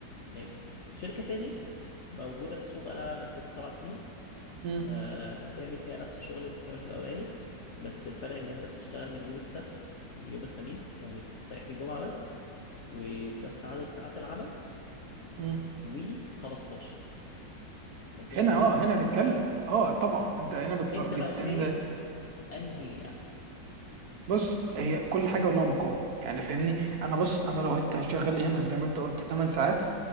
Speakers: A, on the left; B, on the right.
A: ماشي شركه تانية موجوده في السوق بقالها ست سبع سنين
B: مم.
A: آه هتعمل فيها نفس الشغل اللي انت بتعمله في الاولاني بس الفرق ان انت بتشتغل من يوم السبت ليوم الخميس يعني بتريح الجمعه بس وبنفس عدد ساعات العمل
B: مم.
A: و15 15
B: هنا
A: جنيه
B: اه هنا نتكلم اه طبعا انت هنا بتر...
A: انت
B: بت...
A: بقى شايف
B: انت
A: انهي
B: بص هي كل حاجه ولها مقابل يعني فاهمني انا بص انا لو انت هتشغل لي هنا زي ما انت قلت 8 ساعات